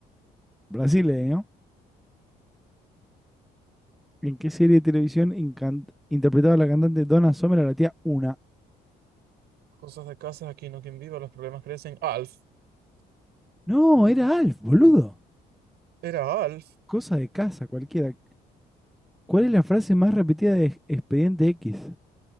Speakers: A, in the centre; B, on the right.
A: Brasileño. ¿En qué serie de televisión incan- interpretaba la cantante Donna Summer a la tía Una?
B: Cosas de casas, aquí no quien viva, los problemas crecen. Alf,
A: No, era Alf, boludo.
B: era Alf.
A: Cosa de casa, cualquiera. ¿Cuál es la frase más repetida de Ex- Expediente X?